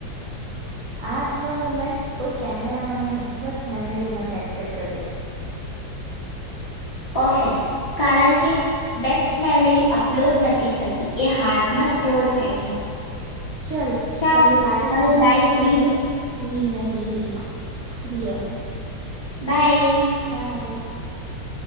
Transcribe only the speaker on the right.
આજ ન મુમેન્ટ કોઈ કેમેરામાં નહી બસ મેમરીમાં કેપ્ચર કરીએ.
ચલ
હવે લાઈફ
લીવ
કરીએ રીલ નહી રીલ રિયલ.
<inaudible>